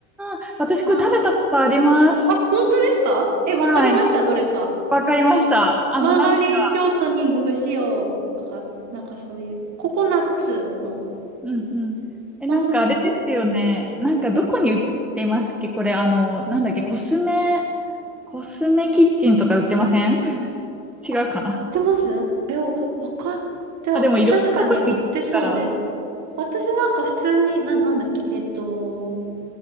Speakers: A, in the centre; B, on the right.
A: あ、私これ食べたことあります。
B: ま、あ、本当ですかえ、わかりました、
A: はい。
B: どれか。
A: わかりました。あの、
B: マーガリンショートニング不使用とか、
A: なんか、
B: なんかそういう、ココナッツの、
A: うんうん。え、
B: ココナッツこう
A: なんかあれですよね。なんかどこに売ってますっけこれ、あの、なんだっけ、コスメ、コスメキッチンとか売ってません <laughs> 違うかな
B: あ、売ってますえ、わかん、でも、
A: あ、でもいろんなとこに売ってるから。
B: 確かに売ってそうです。私なんか普通に、な、なんだっけ、えっと、